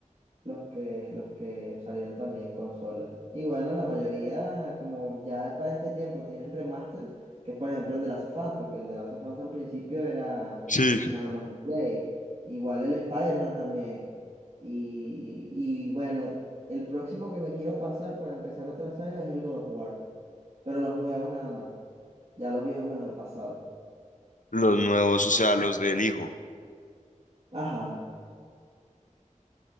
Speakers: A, on the right; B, on the left.
A: los que, los que salieron también en consola. Y bueno, la mayoría, como ya para este tiempo tienen remaster, que es por ejemplo el de Last of Us, porque el de Last of Us al principio era
B: Sí.
A: nada más de Play. Igual el Spider-Man también. Y, y bueno, el próximo que me quiero pasar para empezar otra saga es el God of War, pero los nuevos nada más. Ya los viejos me los he pasado.
B: Los nuevos, o sea, los del hijo.
A: Ajá.